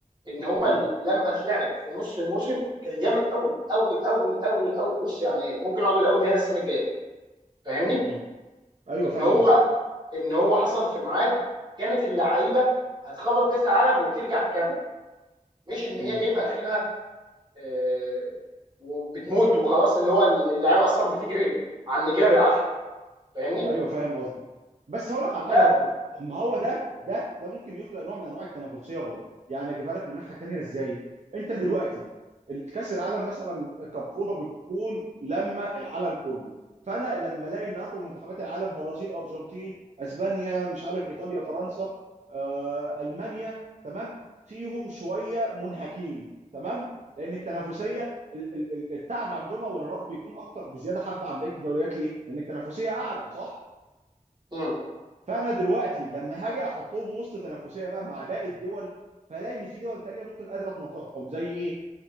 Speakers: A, on the right; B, on the right.
A: ان هو
B: له
A: ال- لما اتلعب في نص الموسم كان جامد قوي قوي قوي قوي قوي بص يعني ممكن اقعد اقول قوي من هنا السنه الجايه فاهمني
B: مم. ايوه
A: ان
B: فاهم
A: هو
B: قصدي
A: ان هو حصل في ميعاد كانت اللعيبه هتخلص كاس العالم وترجع تكمل مش ان هي
B: مم.
A: جايبه اخرها آه، وبتموت وخلاص اللي هو اللعيبه اصلا بتجري على النجيله بالعافيه فاهمني؟
B: ايوه فاهم قصدي بس هقول لك على حاجه
A: لا
B: برضو طب ما هو ده ده ده ممكن يخلق نوع من انواع التنافسيه برضو يعني اجيبها لك من ناحيه تانيه ازاي انت دلوقتي الكاس العالم مثلا كبطوله بتكون لما العالم كله فانا لما الاقي ان اقوى منتخبات العالم برازيل ارجنتين اسبانيا مش عارف ايطاليا فرنسا آه، المانيا تمام فيهم شويه منهكين تمام لان التنافسيه ال- ال- ال- التعب عندهم والارهاق بيكون اكتر بزياده حبه عن بقيه الدوريات ليه؟ لان التنافسيه اعلى صح؟
A: مم.
B: فانا دلوقتي لما هاجي احطهم وسط تنافسيه بقى مع باقي الدول فلاقي ان في دول تانيه ممكن قادره تناطحهم زي ايه؟